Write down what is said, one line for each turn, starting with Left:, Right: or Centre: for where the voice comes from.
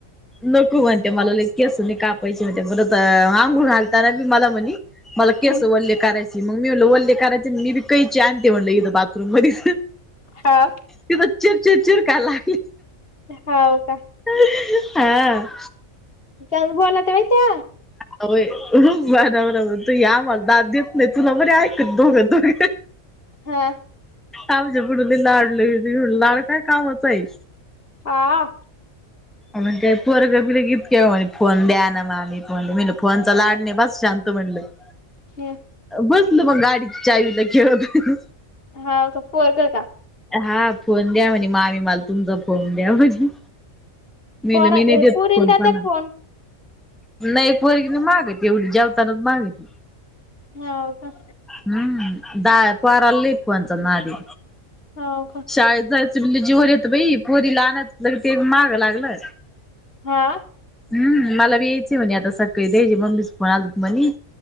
Centre: नको म्हणते, मला लई केस नाही कापायची म्हणते. परत आंघूळ घालताना बी मला म्हनी मला केस
Left: हम्म
Centre: वल्ले करायची. मग मी म्हणलं, वल्ले करायचे न, मी बी कैची आणते म्हणल इथ बाथरूम मधीच.
Left: हाव
Centre: तिथं चिरचिर चिरकाराय लागली.
Left: हाव का?
Centre: <unintelligible> हां.
Left: <unintelligible> बोलत्या बाई त्या.
Centre: होय. <unintelligible> नाही, तुला बरं ऐकते दोघं- दोघं.
Left: हा
Centre: माझ्या पुुड लई लाडाला येती. मनलं, लाड काय कामाचाय.
Left: हा आ.
Centre: मनतेय पोरग बी लगे <unintelligible> काय म्हनी फोन द्या ना मामी. म्हणलं फोनचा लाड नाहि, बस शांत. म्हणलं.
Left: हम्म
Centre: बसलं मग, गाडीच्या चावीला खेळत.
Left: हाव का? पोरगं का?
Centre: हा, फोन द्या म्हनी. मामी, मला तुमचा फोन द्या, म्हनी. मी
Left: पोरा
Centre: म्हणलं, मी नाही देत
Left: पोरीला
Centre: फोन
Left: देत्या
Centre: कोणाला.
Left: का फोन
Centre: नाही, पोरगी नाही मागत एवढी. जेवतानाच मागती.
Left: हाव का?
Centre: हम्म, दा पोराला लई फोनचा नादय.
Left: हो का
Centre: शाळेेत जायचं बी लै जीवावर येतं बाई पोरी ला आनाच ते मागं लागलं
Left: हो
Centre: हम्म मला बी यायचंय म्हणे आता सकाळी त्याचा मम्मीच फोन आलं होतं म्हणे